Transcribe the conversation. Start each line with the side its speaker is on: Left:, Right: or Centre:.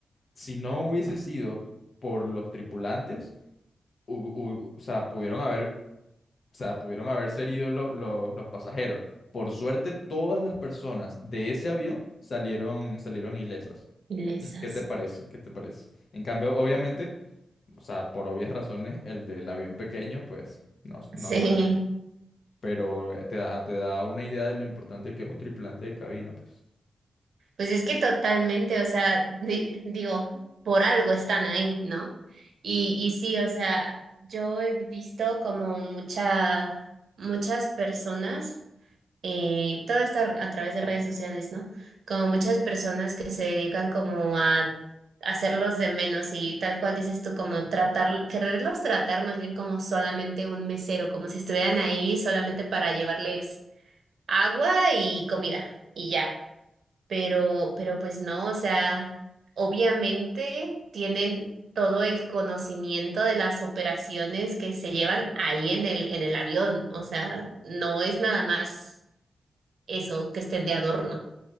Left: Si no hubiese sido por los tripulantes, hu- hu- o sea, pudieron haber, o sea, pudieron haberse herido lo- lo- los pasajeros. Por suerte, todas las personas de ese avión salieron, salieron ilesas.
Right: ilesas.
Left: ¿Mm? ¿Qué te parece? ¿Qué te parece? En cambio, obviamente, o sea, por obvias razones, el del avión pequeño, pues, no, no
Right: Sí.
Left: sobrevivieron. Pero eh, te da, te da una idea de lo importante que es un tripulante de cabina, pues.
Right: Pues es que totalmente, o sea, di- digo, por algo están ahí, ¿no? Y, y sí, o sea, yo he visto como mucha, muchas personas, eh, todo esto a través de redes sociales, ¿no? Como muchas personas que se dedican como a hacerlos de menos y tal cual dices tú, como tratar, quererlos tratar más bien como solamente un mesero, como si estuvieran ahí solamente para llevarles agua y comida y ya pero, pero pues no, o sea, obviamente tienen todo el conocimiento de las operaciones que se llevan ahí en el, en el avión, o sea, no es nada más eso que estén de adorno.